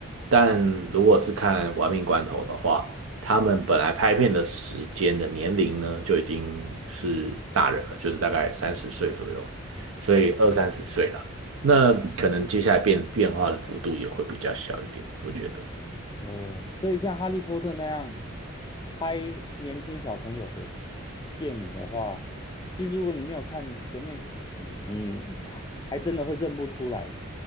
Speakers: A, on the right (about 70°); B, on the left (about 20°).
A: 但如果是看《玩命关头》的话，
B: 嗯。
A: 他们本来拍片的时间的年龄呢，就已经是大人了，就是大概三十岁左右，所以二三十岁了。那可能接下来变变化的幅度也会比较小一点，我觉得。
B: 哦，所以像《哈利波特》那样拍年轻小朋友的电影的话，其实如果你没有看前面几集，你还真的会认不出来